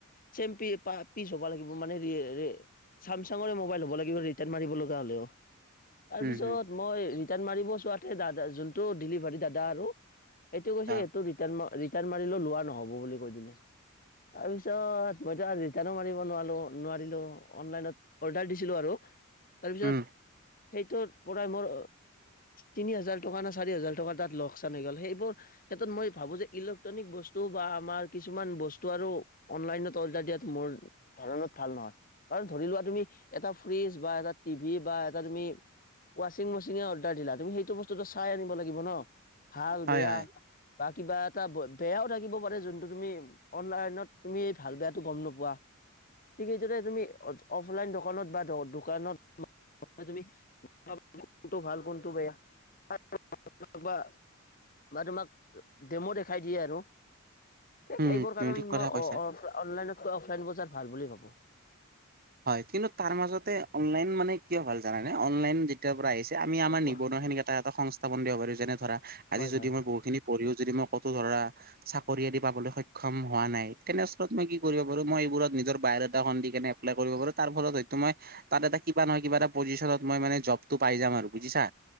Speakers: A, on the left (about 40°); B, on the right (about 45°).
A: চেম্পি পা পিচ হ'বা লাগিব মানে ৰিয়ে ৰে চামচাংৰে মোবাইল হ'ব লাগিব ৰিটাৰ্ণ মাৰিব লগা হ'লেও। তাৰপিছত
B: উম উম
A: মই ৰিটাৰ্ণ মাৰিব চোৱাতে দাদা যোনটো ডিলিভাৰি দাদা আৰু এইটো কৈছে
B: আহ
A: এইটো ৰিটাৰ্ণ ম, ৰি টাৰ্ণ মাৰিলেও লোৱা নহ'ব বুলি কৈ দিলে। তাৰপিছত মইতো আজি <unintelligible> মাৰিব নোৱালো নোৱাৰিলোঁ। অনলাইনত অৰ্ডাৰ দিছিলোঁ আৰু, তাৰপিছত
B: উম
A: সেইটোত পোৰা মোৰ তিনি হাজাৰ টকা না চাৰি হাজাৰ টকা তাত লগচান গ'ল। সেইবোৰ ক্ষেত্ৰত মই ভাবো যে ইলক্ট্ৰনিক বস্তু বা আমাৰ কিছুমান বস্তু আৰু অনলাইনত অৰ্ডাৰ দিয়াত মোৰ ধৰণত ভাল নহয়। কাৰণ ধৰি লোৱা তুমি এটা ফ্ৰিজ বা এটা টিভি বা এটা তুমি ৱাশ্বিং মেচিনে অৰ্ডাৰ দিলা তুমি সেইটো বস্তুটো চাই আনিব লাগিব ন'। ভাল
B: হয়
A: বেয়া।
B: হয়
A: বা কিবা এটা বেয়াও থাকিব পাৰে যোনটো তুমি অনলাইনত তুমি ভাল বেয়াটো গম নুপ পোৱা ঠিক সেইদৰে তুমি অথ, অফলাইন দকানত বা দ-দোকানত তুমি <inaudible> কোনটো ভাল কোনটো বেয়া। <inaudible> বা বা তোমাক ডেম' দেখাই দিয়ে আৰু। সে
B: উম
A: সেইবোৰ
B: তুমি
A: কাৰণ
B: ঠিক কথা
A: মই অ-অফ
B: কৈছা।
A: অনলাইনতকৈ অফলাইন বজাৰ ভাল বুলি ভাবো।
B: হয় কিন্তু, তাৰ মাজতে অনলাইন মানে কিয় ভাল জানানে। অনলাইন যেতিয়াৰ পৰা আহিছ যে আমি আমাৰ
A: অ কোৱা।
B: নিবনুৱা খিনিক এটা এটা সংস্থাপন দিব পাৰো। যেনে ধৰা
A: হয়
B: আজি যদি
A: হয় হয়
B: মই বহুখিনি পৰিও যদি মই কতো ধৰা চাকৰি আদি পাবলৈ সক্ষম হোৱা নাই। তেনেচ তত, মই কি কৰিব পাৰো মই এইবোৰত নিজৰ বায় ডাটাখন দি কেনে এপ্লাই কৰিব পাৰো। তাৰ ফলত হয়তো মই তাত এটা কিবা নহয় কিবা এটা পজিশনত মই মানে জবটো পাই যাম আৰু বুজিছা।